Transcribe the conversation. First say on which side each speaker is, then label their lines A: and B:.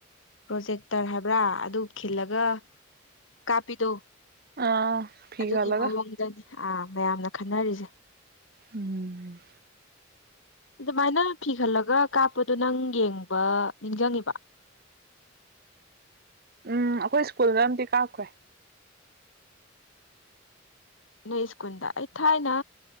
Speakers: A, on the left; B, on the right.
A: ꯄ꯭ꯔꯣꯖꯦꯛꯇꯔ ꯍꯥꯏꯕ꯭ꯔꯥ ꯑꯗꯨ ꯈꯤꯜꯂꯒ ꯀꯥꯞꯄꯤꯗꯣ
B: ꯑꯥ ꯐꯤ
A: ꯑꯗꯨꯒꯤ
B: ꯈꯜꯂꯒ
A: ꯃꯑꯣꯡꯗꯅꯤ ꯑꯥ ꯃꯌꯥꯝꯅ ꯈꯟꯅꯔꯤꯁꯦ
B: ꯎꯝ
A: ꯑꯗꯨꯃꯥꯏꯅ ꯐꯤ ꯈꯜꯂꯒ ꯀꯥꯞꯄꯗꯨ ꯅꯪ ꯌꯦꯡꯕ ꯅꯤꯡꯁꯤꯡꯉꯤꯕ
B: ꯎꯝ ꯑꯩꯈꯣꯏ ꯁ꯭ꯀꯨꯜꯗ ꯑꯝꯇ ꯀꯥꯞꯈ꯭ꯔꯦ
A: ꯅꯣꯏ ꯏꯁꯀꯨꯟꯗ ꯑꯩ ꯊꯥꯏꯅ